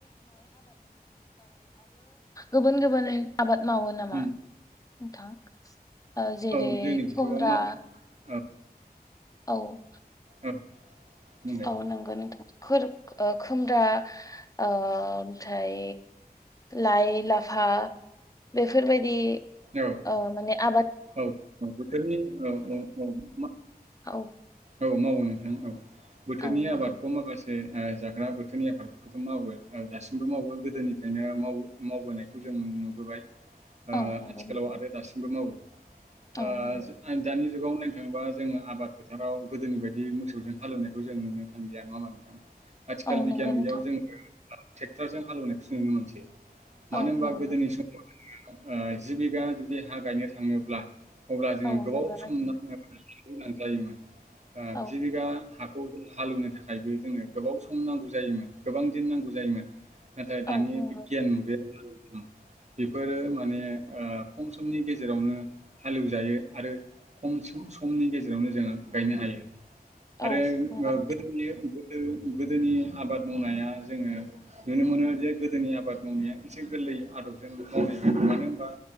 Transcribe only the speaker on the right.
उम
औ जोंनिखैथ'
माव औ
औ बुंलाय
औ
औ औ बोथोरनि औ औ औ
औ मावो नोंथां औ बोथोरनि
आबादखौ माखासे ओ आ जाग्रा बोथोरनि आबादफोरखौथ' मावो नोंथां। दासिमबो मावो गोदोनिफ्रायनो माव- मावबोनायखौ जों जों नुबोबाय ओ
आथिखालाव
आरो दासिमबो मावो।
ओ <unintelligible>
दानि जुगाव नोंथांबा जोङो आबाद फोथाराव गोदोनि बायदि मोसौजों हालवनायखौ जों नुनो थांनलिया नङा होमबा नोंथां? आथिखाल
बिगियान
मुगायाव जोङो ट्रेक्ट'रजों हालेवनायखौ नुनो मोनसै।
मानो होनबा
गोदोनि समाव जोंङो जि बिगा जुदि हा गायनो थाङोब्ला अब्ला जोङो
गोबाव
सम नाङो गोनां जायोमोन। ओ
जि बिघा हा <unintelligible> जों हालेवनो थाखायबो जोंङो गोबाव सम नांगौ जायोमोन गोबां दिन नांगौ जायोमोन। नाथाय दानि
बिगियान मुगायाव नोंथां, बेफोरो माने ओ खम समनि गेजेरावनो हालेवजायो आरो खम सम -समनि गेजेरावनो जोङो गायनो हायो आरो
ओ
गोदोनि ओ गोदोनि आबाद मावनाया जोङो नुनो मोनो जे। गोदोनि आबाद मावनाया एसे गोरलै। बै आदबजों मावनाय जायोमोन।